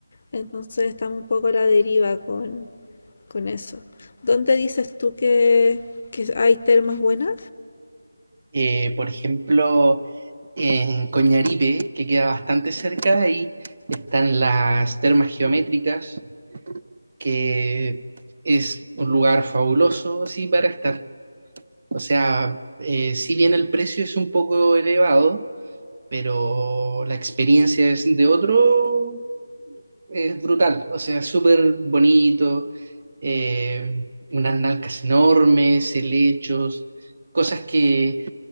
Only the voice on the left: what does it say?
Entonces estamos un poco a la deriva con con eso. ¿Dónde dices tú que, que hay termas buenas?